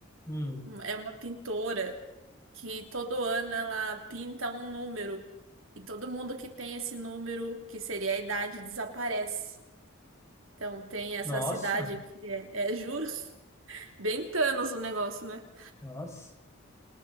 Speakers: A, on the left (about 15°); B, on the right (about 70°).
A: Hum.
B: um- é uma pintora que todo ano ela pinta um número e todo mundo que tem esse número, que seria a idade, desaparece. Então, tem essa
A: Nossa,
B: cidade que é, é juro, <laughs> bem Thanos o negócio, né?
A: nossa.